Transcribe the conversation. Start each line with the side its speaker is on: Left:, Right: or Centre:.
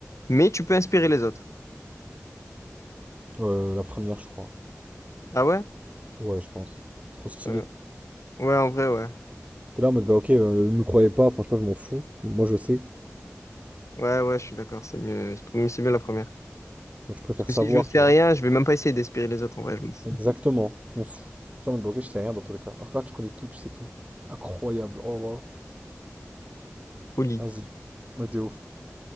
Left: mais tu peux inspirer les autres.
Right: Euh, la première, je crois.
Left: Ah ouais?
Right: Ouais, je pense. Trop stylé.
Left: Euh, Ouais, en vrai, ouais.
Right: T'es là en mode, bah ok, euh, ne me croyez pas, enfin, je sais pas, je m'en fous. Moi, je sais.
Left: Ouais, ouais, je suis d'accord, c'est mieux. C'est mieux c'est mieux la première.
Right: Genre, je préfère
Left: Parce que
Right: savoir,
Left: si je sais
Right: tu vois.
Left: rien, je vais même pas essayer d'espérer les autres, en vrai, je m'en fous.
Right: Exactement, je m'en fous. Je suis en mode, bah ok, je sais rien dans tous les cas. Alors que là, tu connais tout, tu sais tout. Incroyable, oh là.
Left: Folie.
Right: Vas-y, on est ouf.